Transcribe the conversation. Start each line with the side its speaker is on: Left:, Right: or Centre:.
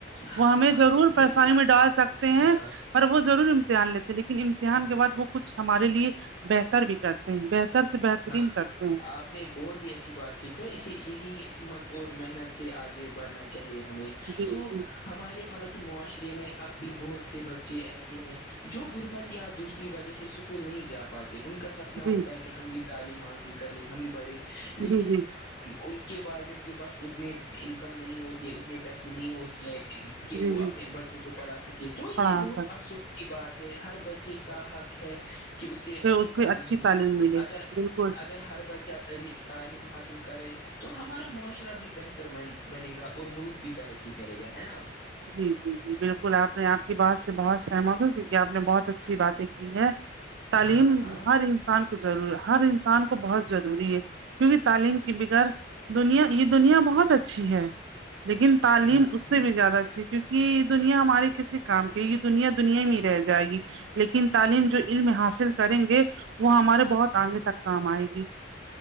Left: ہاں
Right: وہ ہمیں
Left: ہاں
Right: ضرور پریشانی
Left: ہمت
Right: میں ڈال سکتے ہیں
Left: ہاں
Right: پر وہ ضرور امتحان لیتے لیکن امتحان کے بع وہ کچھ ہمارے لیے بہتر بھی کرتے ہیں بہتر سے بہترین
Left: ہاں
Right: کرتے ہیں
Left: آپ نے بہت ہی اچھی بات کی تو اسے یہی ہمت اور محنت سے آگے بڑھنا چاہیے ہمیں
Right: جی
Left: تو
Right: جی
Left: ہمارے مطلب کہ معاشرے میں اب بھی بہت سے بچے ایسے ہیں جو غربت یا دوسری وجہ سے سکول نہیں جا پاتے ان کا سب اتنا ہوتا
Right: جی
Left: ہے کہ ہم بھی تعلیم حاصل کر لیں ہم بھی پڑھے لیکن
Right: جی جی
Left: ان کے والدین کے پاس اتنے انکم نہیں ہوتے اتنے پیسے نہیں ہوتی ہیں کہ
Right: جی
Left: وہ
Right: جی
Left: اپنے بچوں کو پڑھا سکے تو
Right: پڑھا
Left: یہ بہت
Right: سکتے
Left: افسوس کی بات ہے ہر بچے کا حق ہے کہ اسے اچھی
Right: اس کو
Left: تعلیم ملی
Right: ملے
Left: اگر
Right: بالکل
Left: اگر ہر بچہ تلی تعلیم حاصل کرے تو ہمارا معاشرہ بھی بہتر ب بنے گا اور ملک بھی ترقی کرے گا ہے نا
Right: جی جی جی بالکل آپ نے آپ کی بات سے بہت سہمت ہو کیوں کہ آپ نے بہت اچھی بات کی ہے تعلیم
Left: ہاں ہاں
Right: ہر انسان کو ضروری ہے ہر انسان کو بہت ضروری ہے کیونکہ تعلیم کے بغیر دنیا یہ دنیا بہت اچھی ہے لیکن تعلیم
Left: ہاں ہاں
Right: اس سے بھی زیادہ جی کیونک دنیا ہمارے کسے کام کی یہ دنیا دنیا ہی میں رہ جائے گی لیکن تعلیم جو علم حاصل کریں گے وہ ہمارے بہت آگے تک کام آئے گی